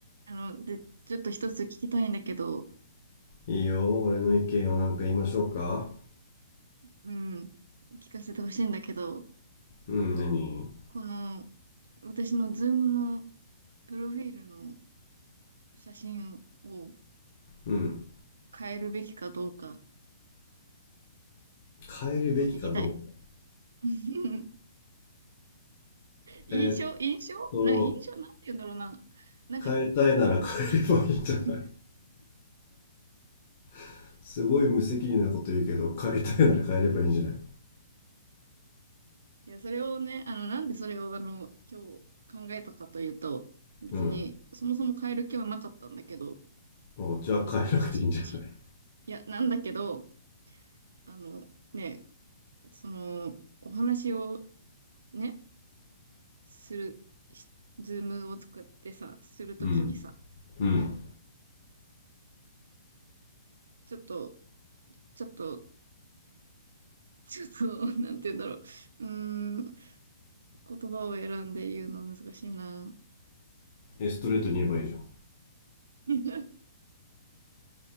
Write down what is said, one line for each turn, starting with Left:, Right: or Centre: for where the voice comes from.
Right: あの、で、ちょっと一つ聞きたいんだけど、
Left: いいよ、俺の意見をなんか言いましょうか。
Right: うん、聞かせてほしいんだけど、
Left: うん、何
Right: この、私のズームのプロフィールの写真を
Left: うん。
Right: 変えるべきかどうか
Left: 変えるべきかどうか。
Right: を聞きたい。<laughs> 印象、
Left: えーっ
Right: 印象な、
Left: と、
Right: 印象なんて言うんだろうな。なんか、
Left: 変えたいなら変えればいいんじゃない
Right: うん
Left: <laughs> すごい無責任なこと言うけど、変えたいなら変えればいいんじゃない
Right: いや、それをね、あの、なんでそれをあの、今日考えたかというと、別に、
Left: うん。
Right: そもそも変える気はなかったんだけど、
Left: お、じゃあ変えなくていいんじゃない
Right: 気に入ってる写真だし。いや、なんだけど、あの、ね、その、お話をね、する、しズームを作ってさ、するときにさ、
Left: うん。うん。
Right: ちょっと、ちょっと、ちょっと、<laughs> なんて言うんだろう。うーん、言葉を選んで言うの難しいな。
Left: え、ストレートに言えばいいじゃん。
Right: <laughs>